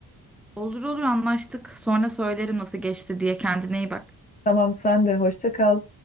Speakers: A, in the centre; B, on the left.
A: Olur olur anlaştık. Sonra söylerim nasıl geçti diye. Kendine iyi bak.
B: Tamam sen de hoşça kal.